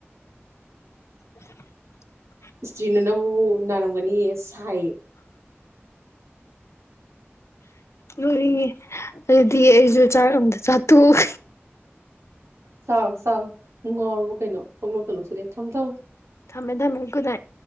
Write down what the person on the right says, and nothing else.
ꯏꯁꯇ꯭ꯔꯤꯅꯅꯕꯕꯨ ꯅꯥꯔꯝꯒꯅꯤꯌꯦ ꯁꯥꯏꯌꯦ
ꯆꯥꯎꯔꯣ ꯆꯥꯎꯔꯣ ꯅꯨꯡꯉꯥꯎꯔꯣ ꯀꯩꯅꯣ ꯄꯪꯅꯣꯛꯇ ꯅꯣꯛꯁꯤꯜꯂꯛꯑꯦ ꯊꯝ ꯊꯝ